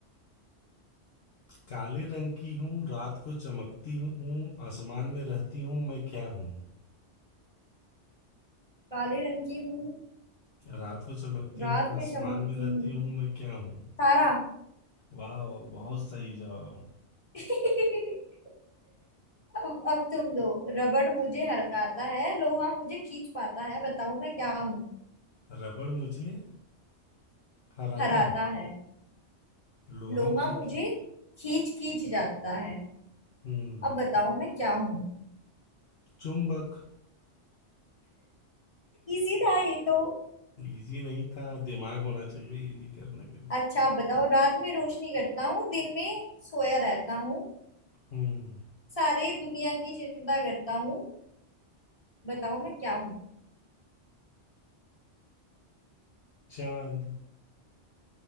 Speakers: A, on the left (about 60°); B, on the left (about 30°).
A: काले रंग की हूँ रात को चमकती हूँ आसमान में रहती हूँ मैं क्या हूँ
B: काले रंग की हूँ
A: रात को चमकती
B: रात
A: हूँ
B: में
A: आसमान
B: चमकती
A: में रहती
B: हूँ
A: हूँ मैं क्या हूँ
B: तारा
A: वाह बहुत सही जवाब
B: <laughs> अब अब तुम दो रबड़ मुझे हराता है लोहा मुझे खींच पाता है बताओ मैं क्या हूँ
A: रबड़ मुझे हराता
B: हराता
A: है
B: है
A: लोहा
B: लोहा
A: मुझे
B: मुझे
A: खी
B: खींच खींच जाता है
A: हम्म
B: अब बताओ मैं क्या हूँ
A: चुंबक
B: इजी था ये तो
A: इजी नहीं था दिमाग होना चाहिए इजी करने के लिए
B: अच्छा आप बताओ रात में रोशनी करता हूँ दिन में सोया रहता हूँ
A: हम्म
B: सारी दुनिया की चिंता करता हूँ बताओ मैं क्या हूँ
A: चांद